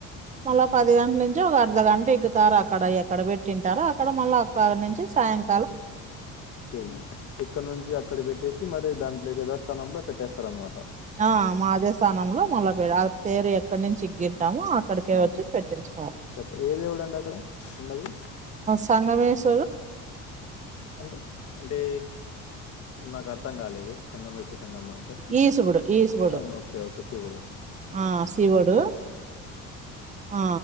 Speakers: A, on the right (about 25°); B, on the left (about 45°).
A: మళ్ళా పది గంటల నుంచి ఒక అర్ధ గంట ఎక్కుతారు అక్కడ ఎక్కడ పెట్టింటారు అక్కడ మళ్ళా పొద్దుగాల నుంచి సాయంత్రం
B: ఉ ఇక్కడ నుంచి అక్కడ పెట్టేసి మరి దాని దగ్గర స్థానంలో పెట్టేస్తారు అన్నమాట.
A: ఆ మా అదే స్థానంలో మొళపేడి తేరు ఎక్క. అక్కడ నుంచి ఇగ్గింటాము అక్కడికే
B: ఆ
A: వచ్చి పెట్టిచుకో వచ్చు
B: పెట్ట ఏ దేవుడు అండి అక్కడ ఉన్నది
A: సంఘవేశ్.
B: అంటే అంటే నాకు అర్థం కాలేదు సంఘ వెష్. జంగమ అంటే
A: ఈసుబుడు ఈసుబుడు
B: ఆహా ఓకే ఓకే శివుడు.
A: ఆ శివుడు. ఆ